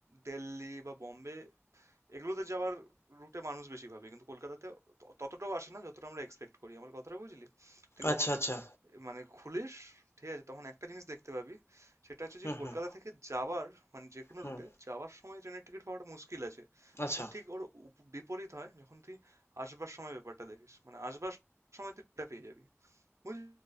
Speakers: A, on the right (about 85°); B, on the left (about 60°).
A: দিল্লি বা বোম্বে এগুলোতে যাওয়ার রুটে মানুষ বেশি ভাবে কিন্তু কলকাতাতে ত- ততটাও আসে না যতটা আমরা এক্সপেক্ট করি আমার কথাটা বুঝলি তুই
B: আচ্ছা
A: কখনো
B: আচ্ছা
A: মানে খুলিস ঠিক আছে তখন একটা জিনিস দেখতে পাবি সেটা হচ্ছে
B: হুম
A: যে কলকাতা
B: হুম
A: থেকে যাওয়ার মানে যে কোনো
B: হুম
A: রুটে যাওয়ার সময় ট্রেনের টিকিট পাওয়াটা মুশকিল আছে
B: আচ্ছা
A: কিন্তু ঠিক ওর উপ- বিপরীত হয় যখন তুই আসবার সময় ব্যাপারটা দেখিস মানে আসবার সময় তুই এটা পেয়ে যাবি বুঝলি